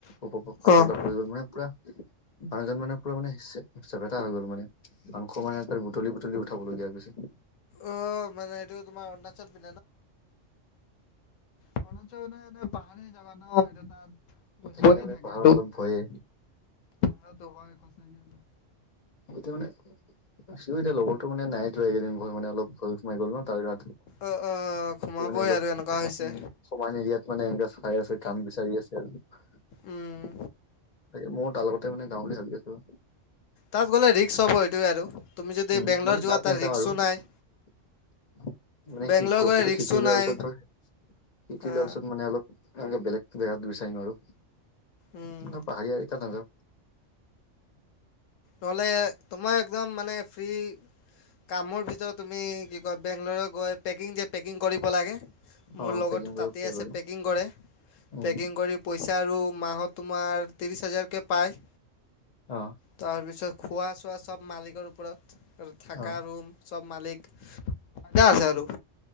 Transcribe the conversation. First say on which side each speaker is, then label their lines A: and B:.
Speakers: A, on the left; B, on the left.
A: ওপৰৰ পৰা পাঠৰ
B: অ অ
A: এটা পৰি গল, মানে পুৰা মানুহজন মানে পুৰা মানে চে-চেপেটা হৈ গ'ল মানে। মাংস মানে তাৰ বুটলি, বুটলি উঠাবলগিয়া হৈ গৈছে।
B: অ', মানে এইটো তোমাৰ অৰুণাচল ন, <unintelligible> পাহাৰী জাগা ন, এতিয়া তাত
A: সেইকাৰণে
B: হৈয়েই
A: মানে
B: থাকে,
A: পাহাৰত
B: আৰু
A: অলপ ভয়ে
B: পাহাৰো হয়। সঁচাকে আৰু
A: এতিয়া মানে, সিও এতিয়া মানে লগৰটো মানে নাই যোৱা, এইকেইদিন ঘৰ মানে অলপ ভয়, সোমাই গ'ল ন, তাৰ গাটো।
B: অ অ সোমাবই
A: সি মানে অলপ
B: আৰু এনেকুৱা
A: উ,
B: হৈছে
A: সমান এৰিয়াত মানে এ, এনেকা চাই আছে, কাম বিচাৰি আছে, আৰু।
B: উম
A: তাকে ময়ো তাৰ লগতে মানে যাওঁ বুলি ভাবি আছো।
B: তাত গ'লে ৰিক্স হ'ব সেইটোৱে আৰু তুমি যদি
A: উম
B: বেংগলৰ
A: মানে
B: যোৱা তাত
A: নাযাওঁ
B: ৰিক্সো
A: আৰু
B: নাই।
A: <inaudible> মানে
B: বেংগলৰ
A: বস্তুটো
B: গ'লে ৰিক্সো
A: শিকি লোৱা
B: নাই
A: পিছত ধৰ শিকি
B: আ
A: লোৱা পিছত মানে অলপ লাহেকে বেলেগ জেগাত বিচাৰিম আৰু।
B: উম
A: ন, পাহা়ৰিয়া এলেকাত নাযাও।
B: নহলে, তোমাৰ একদম মানে ফ্ৰী কামৰ ভিতৰত তুমি কি কয় বেংগল গৈ পেকিং যে, পেকিং কৰিব লাগে।
A: অ
B: মোৰ লগৰটো
A: পেকিং কৰিব
B: তাতেই
A: পাৰিব
B: আছে,
A: আৰু
B: পেকিং কৰে।
A: উম
B: পেকিং কৰি পইচা আৰু মাহত তোমাৰ ত্ৰিছ হাজাৰকে পায়।
A: অহ।
B: তাৰ পিছত খোৱা, চোৱা চব মালিকৰ ওপৰত থাকা
A: অ
B: ৰুম চব। মালিক, তাজা আছে আৰু।